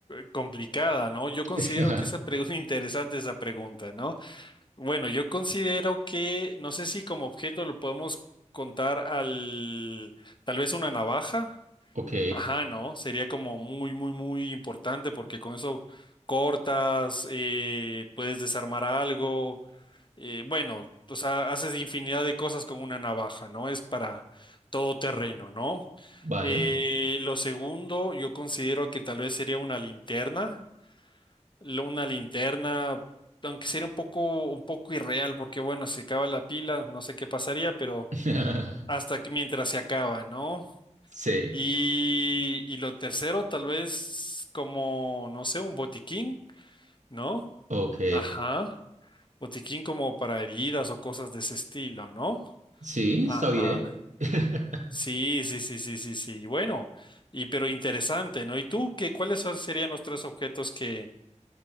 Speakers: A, on the left; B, on the right.
A: complicada, ¿no? Yo
B: <laughs>
A: considero que esa pregunta, <laughs> interesante esa pregunta, ¿no? Bueno, yo considero que, no sé si como objeto lo podemos contar al, tal vez una navaja.
B: Ok,
A: Ajá, ¿no? Sería como muy, muy, muy importante porque con eso cortas, eh, puedes desarmar algo, eh, bueno, o sea, haces infinidad de cosas con una navaja, ¿no? Es para todo terreno, ¿no?
B: vale.
A: Eh, lo segundo, yo considero que tal vez sería una linterna, lo- una linterna, aunque sería un poco, un poco irreal porque bueno, se acaba la pila, no sé qué pasaría, pero
B: <laughs>
A: hasta que mientras se acaba, ¿no?
B: Sí,
A: Y, y lo tercero, tal vez como, no sé, un botiquín, ¿no?
B: ok.
A: Ajá. Botiquín como para heridas o cosas de ese estilo, ¿no?
B: Sí,
A: Ajá.
B: está bien. <laughs>
A: Sí, sí, sí, sí, sí, sí. Bueno, y pero interesante, ¿no? ¿Y tú qué, cuáles son- serían los tres objetos que